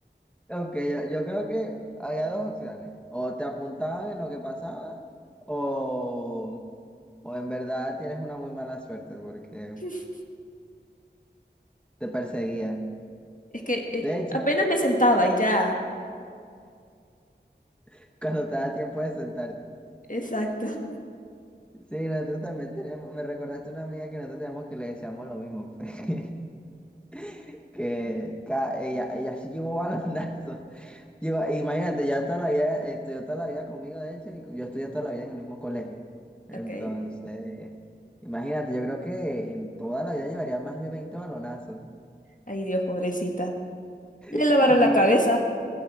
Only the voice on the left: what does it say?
<laughs>
Es que eh,
apenas me sentaba y ya.
Exacto. <laughs>
Ok.
Ay, Dios, pobrecita.
Le lavaron
la cabeza.